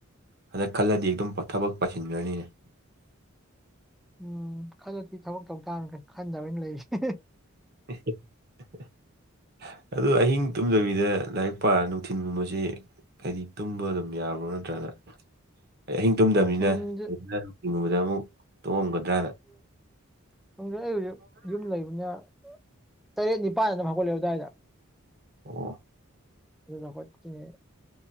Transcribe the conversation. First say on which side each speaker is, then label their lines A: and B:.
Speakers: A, on the right; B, in the centre.
A: ꯍꯟꯗꯛ ꯈꯜꯂꯗꯤ ꯑꯗꯨꯝ ꯊꯕꯛ ꯄꯥꯏꯁꯤꯟꯒ꯭ꯔꯅꯤꯅꯦ꯫
B: ꯎꯝ ꯈꯜꯂꯗꯤ ꯊꯕꯛ ꯇꯧꯇꯝꯃꯤ ꯀꯩꯅꯣ ꯈꯟꯗꯕꯩꯅꯤ ꯂꯩꯔꯤꯁꯦ꯫
A: <inaudible> ꯑꯗꯨ ꯑꯍꯤꯡ ꯇꯨꯝꯗꯕꯤꯗ ꯂꯥꯏꯔꯤꯛ ꯄꯥꯔ ꯅꯨꯡꯊꯤꯟꯒꯨꯝꯕꯖꯤ_ _ ꯍꯥꯏꯗꯤ ꯇꯨꯝꯕ ꯑꯗꯨꯝ ꯌꯥꯕ꯭ꯔꯣ ꯅꯠꯇ꯭ꯔꯒꯅ_ _ ꯑꯍꯤꯡ ꯇꯨꯝꯗꯃꯤꯅ
B: ꯅꯨꯡꯊꯤꯟꯁꯦ
A: <unintelligible> ꯑꯃꯨꯛ ꯇꯨꯃꯝꯒꯗ꯭ꯔꯥꯅ꯫
B: ꯈꯪꯗ꯭ꯔꯦ ꯑꯩ ꯍꯧꯖꯤꯛ ꯌꯨꯝ ꯂꯩꯕꯅꯤꯅ ꯇꯔꯦꯠ ꯅꯤꯄꯥꯟ ꯑꯗꯨꯝ ꯍꯧꯒꯠꯂꯦ ꯑꯗ꯭ꯨꯋꯥꯏꯗ꯫
A: ꯑꯣ꯫
B: ꯑꯗꯨ ꯈꯣꯏꯅꯤ